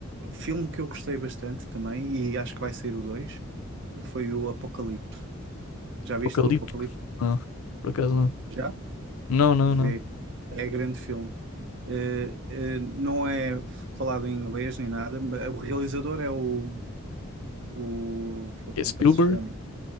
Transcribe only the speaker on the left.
Apocalípticos?
Não, por acaso não.
Não, não, não.
Que é Spielberg?